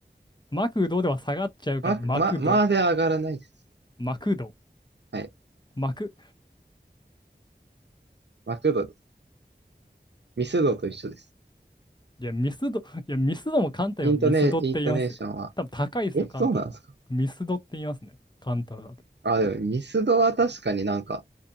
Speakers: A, on the left; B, on the right.
A: マクドでは下がっちゃうから、
B: マ、
A: マクド、
B: ま、まで上がらないです。
A: マクド。
B: はい。
A: 幕。
B: マクドです。ミスドと一緒です。
A: いや、ミスド、いや、ミスドも関西はミスドって言いますよ。
B: イントネ、イントネーションは、
A: 多分高いですよ、
B: え、
A: 関西。
B: そうなんですか
A: ミスドって言いますね、関東だと。
B: あ、でもミスドは確かになんか、